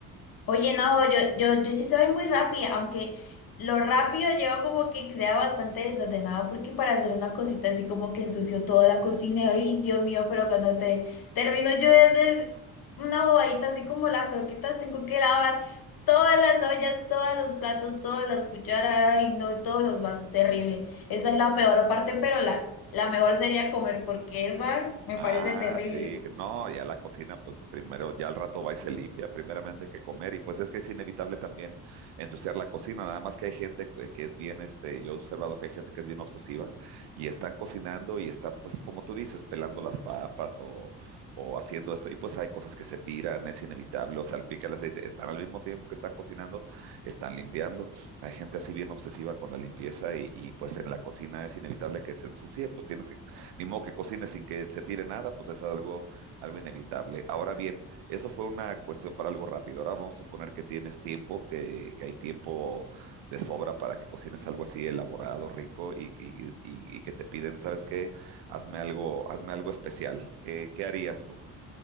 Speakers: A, on the left; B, on the right.
A: Oye, no, yo, yo, yo sí soy muy rápida, aunque lo rápido lleva como que sea bastante desordenado, porque para hacer una cosita así como que ensució toda la cocina, y, ay, Dios mío, pero cuando te termino yo de hacer una bobadita así como las croquetas, tengo que lavar todas las ollas, todos los platos, todas las cucharas, ay, no, todos los vasos, terrible. Esa es la peor parte, pero la, la mejor sería comer, porque esa me parece
B: Ah,
A: terrible.
B: sí, no, ya la cocina, pues primero, ya al rato va y se limpia, primeramente que comer, y pues es que es inevitable también ensuciar la cocina, nada más que hay gente que que es bien, este, yo he observado que hay gente que es bien obsesiva y están cocinando y están, pues como tú dices, pelando las papas o, o haciendo esto, y pues hay cosas que se tiran, es inevitable, o salpica el aceite, están al mismo tiempo que están cocinando, están limpiando, hay gente así bien obsesiva con la limpieza y, y pues en la cocina es inevitable que se ensucie, pues tienes que ni modo que cocine sin que se tire nada, pues es algo, algo inevitable. Ahora bien, eso fue una cuestión para algo rápido. Ahora vamos a suponer que tienes tiempo, que, que hay tiempo de sobra para que cocines algo así elaborado, rico y, y- y- y que te piden, ¿sabes qué? Hazme algo, hazme algo especial. ¿Qué, qué harías tú?